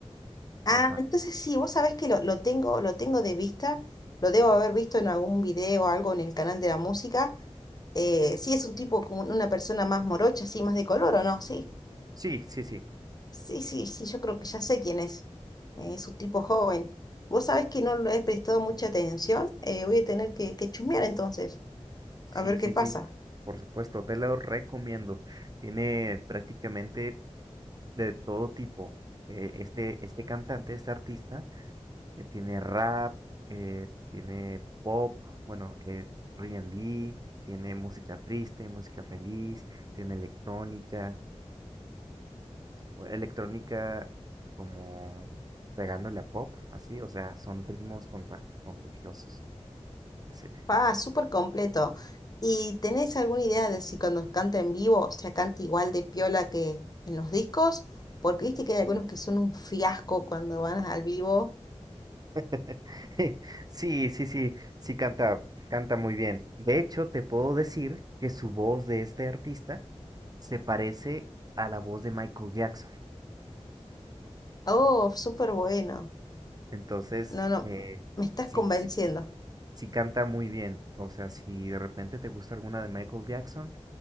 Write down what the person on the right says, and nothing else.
ajá.
Sí, sí, sí.
Sí,
sí,
sí. Por supuesto, te lo recomiendo. Tiene prácticamente de todo tipo. Eh, este, este cantante, este artista, eh, tiene rap, eh, tiene pop, bueno, eh, R&B, tiene música triste, música feliz, tiene electrónica. o electrónica como pegándole a pop, así, o sea, son ritmos contra- contagiosos. Sí.
<laughs> Sí, sí, sí, sí canta, canta muy bien. De hecho, te puedo decir que su voz de este artista se parece a la voz de Michael Jackson.
Entonces,
eh,
sí,
sí, sí canta muy bien. O sea, si de repente te gusta alguna de Michael Jackson,